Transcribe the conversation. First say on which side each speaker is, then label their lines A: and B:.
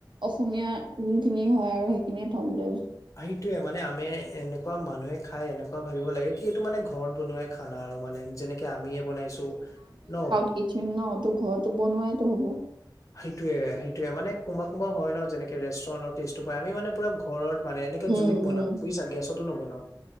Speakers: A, on the right; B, on the left.
A: অসমীয়া যোনখিনি হয় আৰু সেইখিনিয়ে থম বুলি ভাবিছো।
B: সেইটোয়ে মানে আমি এনেকুৱা মানুহে খাই এনেকুৱা ভাবিব লাগে কি এইটো মানে ঘৰত বনোৱাই খানা আৰু মানে যেনেকে আমিয়ে বনাইছো ন।
A: কিচেন ন ত' ঘৰত বনোৱাইটো হব।
B: সেইটোৱে সেইটোৱে মানে কোনবা কোনবা হয় ন যেনেকে ৰেষ্টুৰেন্টৰ টেষ্টটো পাই। আমি মানে পুৰা ঘৰত মানে এনেকে
A: উম
B: জুইত বনাম
A: উম
B: বুজিছা? গেছতো নবনাওঁ।